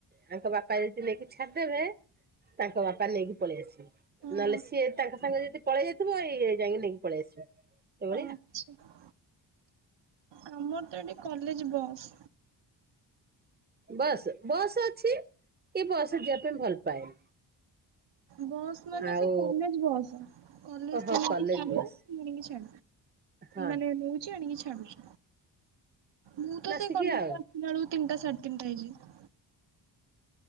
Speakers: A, on the right (about 20°); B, on the right (about 70°).
A: ତାଙ୍କ ବାପା ଯଦି ନେଇକି ଛାଡିଦବେ ତାଙ୍କ ବାପା ନେଇକି ପଳେଇ ଆସିବେ।
B: ଆସନ୍ତି?
A: ନହେଲେ ସିଏ ତାଙ୍କ ସାଙ୍ଗେ ଯଦି ପଳେଇ ଯାଇଥିବଇଏ ଯାଇକି ଯକି ପଳେଇ ଆସିବ ଏଭଳି।
B: ଆଚ୍ଛା। ଆମର ତ ଏଠି କଲେଜ ବସ୍।
A: ବସ୍ ବସ୍ ଅଛି ଏ ବସରେ ଯିବା ପାଇଁ ଭଲ ପାଏନି।
B: ବସ୍ ମାନେ
A: ଆଉ
B: ସେ କଲେଜ ବସ୍, କଲେଜ
A: ଓହୋ
B: <unintelligible>
A: କଲେଜ ବସ୍ ହଁ
B: ମାନେ ନଉଛି ଆଣିକି ଛାଡୁଛି। ମୁଁ ତ
A: ମାସିକିଆ
B: ସେଇ କଲେଜ୍
A: ଆଉ
B: ରୁ ଆସିଲା ବେଳକୁ ତିନିଟା ସାଢ଼େ ତିନିଟା ହେଇ ଯାଏ।